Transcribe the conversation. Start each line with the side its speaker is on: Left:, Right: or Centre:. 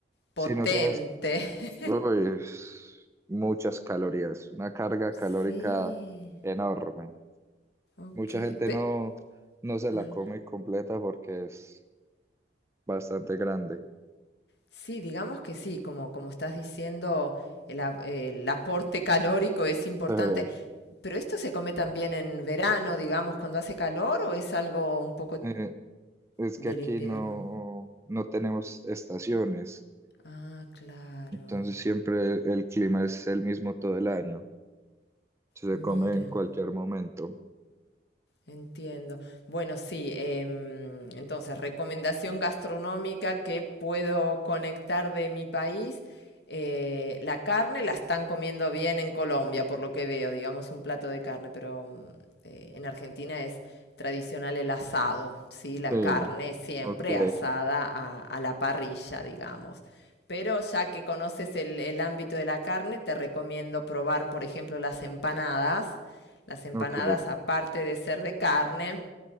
Left: potente.
Right: si no sabes,
Left: <laughs>
Right: uy, es muchas calorías, una carga
Left: Sí,
Right: calórica enorme.
Left: ok.
Right: Mucha gente
Left: Pe-
Right: no, no se la
Left: no, no.
Right: come completa porque es bastante grande.
Left: sí, digamos que sí, como, como estás diciendo, el, ap- el aporte calórico es importante.
Right: Eh,
Left: Pero esto se come también en verano, digamos, cuando hace calor, o es algo un poco
Right: eh, es
Left: del
Right: que aquí
Left: invierno.
Right: no, no tenemos estaciones,
Left: Ah, claro.
Right: entonces siempre el clima es el mismo todo el año, se
Left: Mira.
Right: come en cualquier momento.
Left: Entiendo. Bueno, sí, em, entonces, recomendación gastronómica que puedo conectar de mi país. Eh, la carne la están comiendo bien en Colombia, por lo que veo, digamos un plato de carne, pero mm, eh, en Argentina es tradicional el asado, ¿sí? la
Right: Sí,
Left: carne siempre
Right: ok,
Left: asada a, a la parrilla, digamos. Pero ya que conoces el, el ámbito de la carne, te recomiendo probar, por ejemplo, las empanadas. Las empanadas,
Right: ok,
Left: aparte de ser de carne,